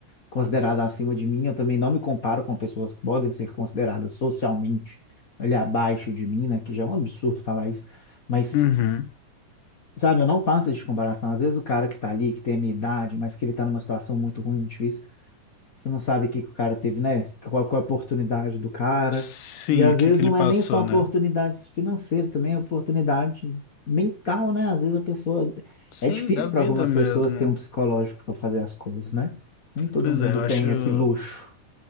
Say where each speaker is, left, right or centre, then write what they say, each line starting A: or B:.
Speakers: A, on the left; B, on the left.
A: considerada acima de mim, eu também não me comparo com pessoas que podem ser consideradas socialmente ali abaixo de mim, né? Que já é um absurdo falar isso. Mas,
B: Uhum.
A: sabe, eu não faço essa comparação. Às vezes o cara que tá ali, que tem a minha idade, mas que ele tá numa situação muito ruim, muito difícil. Você não sabe o que que o cara teve, né? Qual, qual é a oportunidade do cara.
B: Sim,
A: E às
B: o que
A: vezes
B: que
A: não
B: ele passou,
A: é nem só oportunidade
B: né?
A: financeira, também é oportunidade mental, né? Às vezes a pessoa.
B: Sim,
A: É difícil
B: da vida
A: para algumas
B: mesmo.
A: pessoas ter um psicológico para fazer as coisas, né? Nem todo
B: Pois
A: mundo
B: é, eu
A: tem
B: acho.
A: esse luxo.